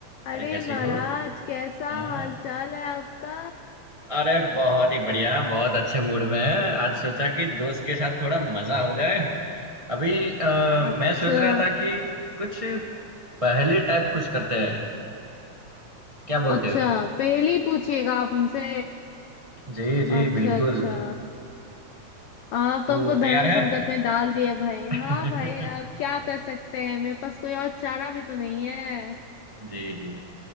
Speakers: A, on the left (about 80°); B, on the right (about 25°).
A: अरे
B: अरे कैसे
A: महाराज
B: हो
A: कैसा
B: हाँ
A: हाल चाल है आपका
B: अरे बहुत ही बढ़िया बहुत अच्छे मूड में है आज सोचा कि दोस्त के साथ थोड़ा मजा हो जाए अभी अ, मैं
A: अच्छा
B: सोच रहा था कि कुछ पहेली टाइप कुछ करते हैं क्या बोलते
A: अच्छा
B: हो
A: पहली पूछिएगा आप हमसे
B: जी जी
A: अच्छा
B: बिल्कुल
A: अच्छा आप
B: तो
A: तो हमको धर्म
B: तैयार है
A: संकट में डाल दिए भाई
B: <laughs>
A: हाँ भाई आप क्या कर सकते हैं मेरे पास कोई और चारा भी तो नहीं है
B: जी जी